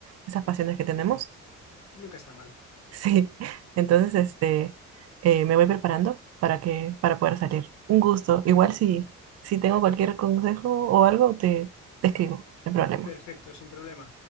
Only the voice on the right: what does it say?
Esas pasiones que tenemos.
<laughs>
Sí. Entonces, este, eh, me voy preparando para que, para poder salir. Un gusto.
Igual si, si tengo cualquier consejo o algo, te, te escribo. No hay problema.